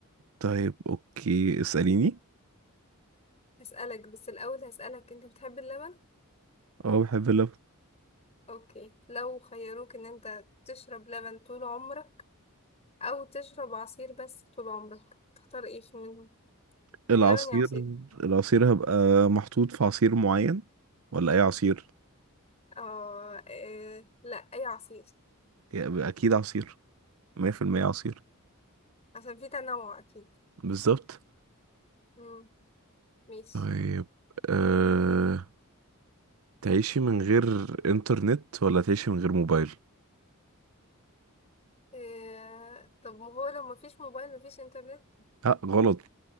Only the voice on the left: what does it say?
هسألك بس الاول هسألك انت بتحب اللبن
اوكي لو خيروك ان انت تشرب لبن طول عمرك او تشرب عصير بس طول عمرك تختار ايه في منهم
يا لبن يا عصير
اه إيه لا اي عصير
عشان في تنوع اكيد
امم ماشي
إيه... طب ما هو لو مفيش موبايل مفيش انترنت